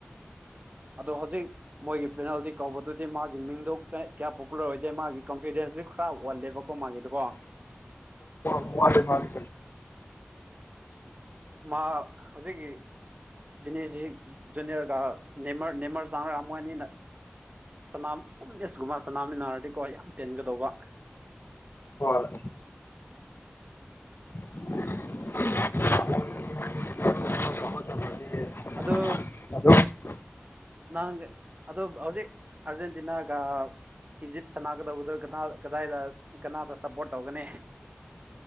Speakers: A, on the right; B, on the left.
A: ꯑꯗꯣ ꯍꯧꯖꯤꯛ ꯃꯣꯏꯒꯤ ꯄꯦꯅꯥꯜꯇꯤ ꯀꯧꯕꯗꯨꯗꯤ ꯃꯥꯒꯤ ꯃꯤꯡꯗꯨ ꯀꯌꯥ ꯄꯣꯄꯨꯂꯔ ꯑꯣꯏꯗꯦ ꯃꯥꯒꯤ ꯀꯟꯐꯤꯗꯦꯟꯁꯇꯨ ꯄꯨꯔ ꯑꯣꯜꯂꯦꯕꯀꯣ ꯃꯥꯒꯤꯗꯀꯣ
B: ꯃꯥꯦ ꯃꯥꯅꯤ
A: ꯑ ꯃꯥ ꯍꯧꯖꯤꯛꯀꯤ ꯕꯤꯅꯤꯁꯖꯤ ꯖꯨꯅꯤꯔ ꯅꯦꯃꯔ ꯆꯥꯉꯔꯥ ꯃꯅꯤꯅ ꯁꯅꯥꯝ ꯄꯨꯝ ꯑꯦꯁꯒꯨꯝꯕ ꯁꯅꯥꯝꯃꯤꯟꯅꯔꯗꯤꯀꯣ ꯌꯥꯝ ꯄꯦꯟꯒꯗꯧꯕ
B: ꯍꯣꯏ <unintelligible>
A: ꯑꯗ
B: ꯑꯗꯨꯗꯣ
A: ꯅꯪ ꯑꯗꯣ ꯍꯧꯖꯤꯛ ꯑꯔꯖꯦꯟꯇꯤꯅꯥꯒ ꯏꯖꯤꯞ ꯁꯅꯥꯒꯗꯧꯕꯗ ꯀꯗꯥꯏꯗ ꯀꯅꯥꯗ ꯁꯞꯄꯣꯔꯠ ꯇꯧꯒꯅꯤ